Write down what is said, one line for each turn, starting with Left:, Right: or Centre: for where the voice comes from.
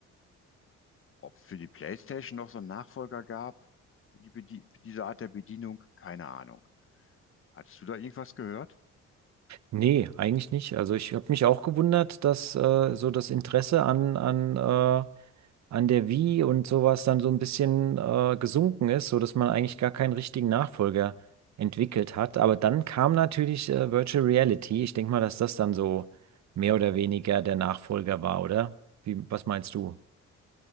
Left: Ob es für die PlayStation noch so einen Nachfolger gab, für die, Bedie- für diese Art der Bedienung, keine Ahnung. Hattest du da irgendwas gehört?
Right: Nee, eigentlich nicht. Also ich habe mich auch gewundert, dass äh, so das Interesse an, an, äh, an der Wii und sowas dann so ein bisschen äh, gesunken ist, sodass man eigentlich gar keinen richtigen Nachfolger entwickelt hat. Aber dann kam natürlich äh, Virtual Reality. Ich denke mal, dass das dann so mehr oder weniger der Nachfolger war, oder? Wie, was meinst du?